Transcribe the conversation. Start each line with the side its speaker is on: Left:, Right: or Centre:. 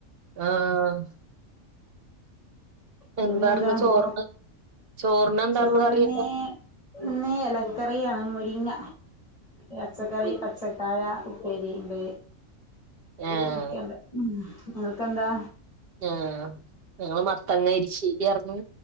Right: ആഹ്
Left: പിന്നെ
Right: എന്താർന്ന്
Left: എന്താ
Right: ചോറിന്
Left: ഊ,
Right: ചോറിന് എന്താർന്ന്
Left: ചോറിന്
Right: കറിയൊക്കെ
Left: ഇന്ന് എലക്കറിയാണ് മുരിങ്ങ. പച്ചക്കറി,
Right: മുരിങ്ങ
Left: പച്ചക്കായ ഉപ്പേരി ഇണ്ട്.
Right: ഏഹ്
Left: അങ്ങനെക്കെയ്ണ്ട് ഹ്മ്മ് അവ്ടെക്കെന്താ
Right: ആഹ് ഞങ്ങള് മത്തങ്ങ എടശ്ശേരിയാർന്ന്,